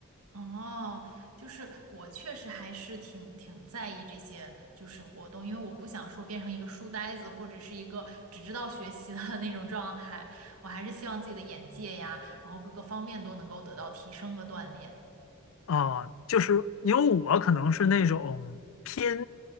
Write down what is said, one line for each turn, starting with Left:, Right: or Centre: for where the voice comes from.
Right: 哦，就是我确实还是挺挺在意这些就是活动，因为我不想说变成一个书呆子或者是一个只知道学习的 <laughs> 那种状态，我还是希望自己的眼界呀，然后各个方面都能够得到提升和锻炼。
Left: 啊，就是因为我可能是那种偏，